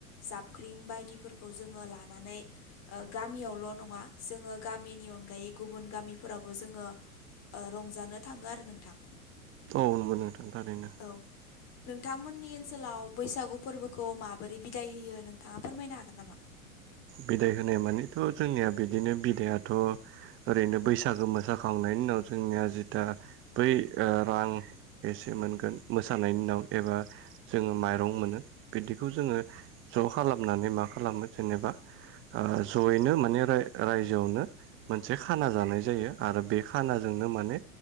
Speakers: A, on the left; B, on the right.
A: जाबख्रिं बायदिफोरखौ जोङो लानानै ओ गामियाव ल' नङा जोंङो गामिनि अनगायै गुबुन गामि फोरावबो जोङो रंजानो थाङो आरो नोंथां।
B: अ' नंगौ नोंथां थारैनो।
A: औ नोंथांमोननि ओनसोलाव बैसागु फोरबोखौ माबोरै बिदाय होयो नोंथाङा फोरमायनो हागोन नामा?
B: बिदाय होनाय मानेथ' जोंनिया बिदिनो बिदायाथ' ओरैनो बैसागो मोसाखांनायनि उनाव जोंनिया जिथु बै रां एसे मोनगोन मोसानायनि उनाव एबा जोङो माइरं मोनो बिदिखौ जोङो ज' खालामनानै मा खालामो जेनेबा आ जयैनो माने राय-रायजोआवनो मोनसे खाना जानाय जायो आरो बे खानाजोंनो माने